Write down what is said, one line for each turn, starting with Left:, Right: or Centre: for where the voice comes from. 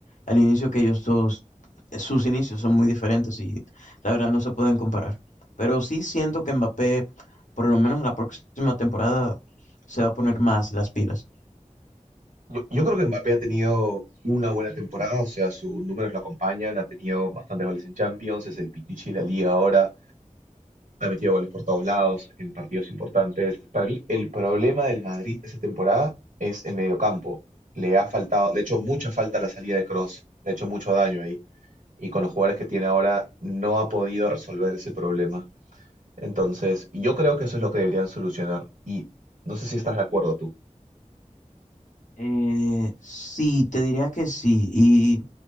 Left: al inicio que ellos dos, eh, sus inicios son muy diferentes y la verdad no se pueden comparar. Pero sí siento que Mbappé, por lo menos la próxima temporada, se va a poner más las pilas.
Right: Yo, yo creo que Mbappé ha tenido una buena temporada, o sea, sus números lo acompañan, ha tenido bastantes goles en Champions, es el pichichi de la liga ahora, Ha metido goles por todos lados, en partidos importantes. Para mí, el problema del Madrid esta temporada es el mediocampo. Le ha faltado, le ha hecho mucha falta la salida de Cross, le ha hecho mucho daño ahí. Y con los jugadores que tiene ahora, no ha podido resolver ese problema. Entonces, yo creo que eso es lo que deberían solucionar. Y no sé si estás de acuerdo tú.
Left: Eh, sí, te diría que sí. Y